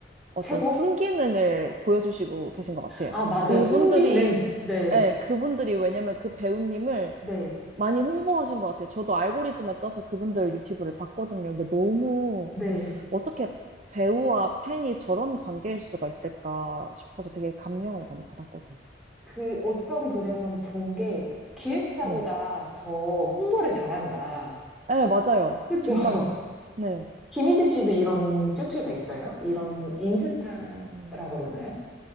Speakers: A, on the right (about 40°); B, in the centre.
A: 어떤
B: 최고?
A: 순기능을 보여주시고 계신 것 같아요.
B: 아, 맞아요.
A: 그분들이,
B: 순기능. 네.
A: 예, 그분들이 왜냐면 그 배우님을
B: 네.
A: 많이 홍보하신 것 같아요. 저도 알고리즘에 떠서 그분들 유튜브를 봤거든요. 근데 너무
B: 네.
A: 어떻게 배우와 팬이 저런 관계일 수가 있을까 싶어서 되게 감명을 많이 받았거든요.
B: 그 어떤 글에선 본 게 기획사보다
A: 네.
B: 더 홍보를 잘한다.
A: 예, 맞아요.
B: 그쵸?
A: 정말로. 네.
B: 김희재 씨도 이런 쇼츠가 있어요? 이런 인스타라고
A: 음,
B: 그러나요?